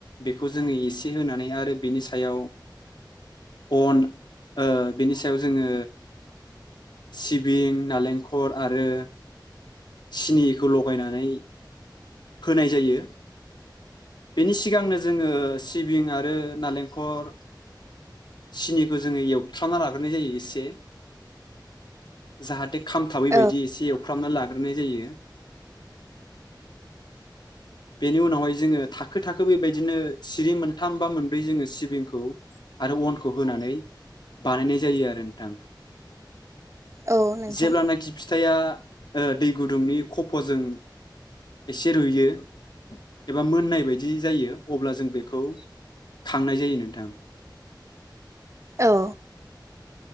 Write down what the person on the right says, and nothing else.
औ
औ नोंथां
औ।